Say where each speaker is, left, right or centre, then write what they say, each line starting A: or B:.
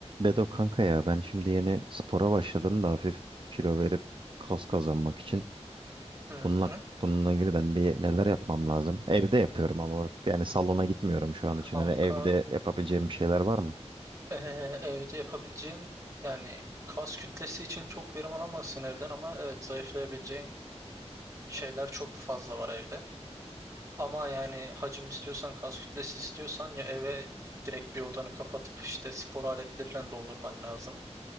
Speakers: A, on the right; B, on the right.
A: Bedo kanka ya ben şimdi yeni spora başladım da hafif kilo verip kas kazanmak için.
B: Hı
A: Bununla,
B: hı.
A: bununla ilgili ben bir neler yapmam lazım? Evde yapıyorum ama yani salona gitmiyorum şu an
B: Kanka
A: için. Hani evde yapabileceğim bir şeyler var mı?
B: eee, evde yapabileceğin yani kas kütlesi için çok verim alamazsın evden ama evet zayıflayabileceğin şeyler çok fazla var evde. Ama yani hacim istiyorsan kas kütlesi istiyorsan ya eve direkt bir odanı kapatıp işte spor aletleriyle doldurman lazım.